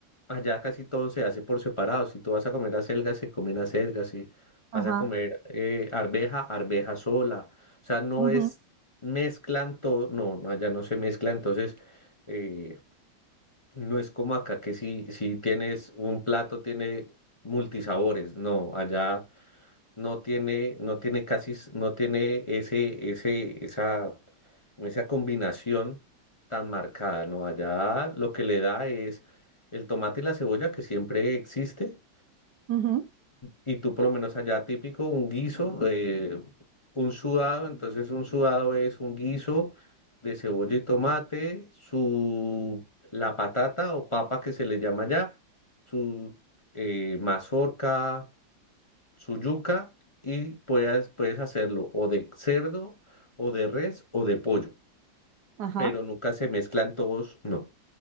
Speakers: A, on the left; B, on the right.
A: Allá casi todo se hace por separado. Si tú vas a comer acelgas, se comen acelgas. Si vas
B: Ajá,
A: a comer eh, arveja, arveja sola. O sea, no
B: ujú,
A: es mezclan todo. No, no, allá no se mezcla. Entonces, eh, no es como acá que si, si tienes un plato, tiene multisabores. No, allá no tiene, no tiene casi, s- no tiene ese, ese, esa con esa combinación tan marcada, ¿no? Allá lo que le da es el tomate y la cebolla que siempre existe,
B: ujú,
A: y tú por lo menos allá típico, un guiso, eh, un sudado, entonces un sudado es un guiso de cebolla y tomate, su, la patata o papa que se le llama allá, su eh, mazorca, su yuca, y puedes, puedes hacerlo o de cerdo, o de res, o de pollo
B: Ajá.
A: pero nunca se mezclan todos, no.